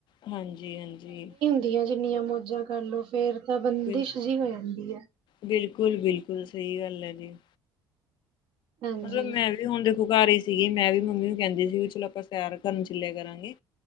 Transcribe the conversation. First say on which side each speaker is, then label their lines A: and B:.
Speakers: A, on the left; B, on the right.
A: ਹਾਂਜੀ ਹਾਂਜੀ।
B: ਦੀਆ ਜਿੰਨੀਆਂ ਮੌਜਾਂ ਕਰਲੋ ਫੇਰ ਤਾਂ ਬੰਦਿਸ਼
A: ਬਿਲ
B: ਜੀ ਹੋ ਜਾਂਦੀ ਐ।
A: ਬਿਲਕੁਲ ਬਿਲਕੁਲ ਸਹੀ ਗੱਲ ਐ ਜੀ।
B: ਹਾਂਜੀ
A: ਮਤਲਬ ਮੈਂ ਵੀ ਹੁਣ ਦੇਖੋ ਘਰ ਈ ਸੀਗੀ। ਮੈਂ ਵੀ ਮੰਮੀ ਨੂੰ ਕਹਿੰਦੀ ਸੀ ਵੀ ਚਲੋ ਆਪਾਂ ਸੈਰ ਕਰਨ ਚਲਿਆ ਕਰਾਂਗੇ।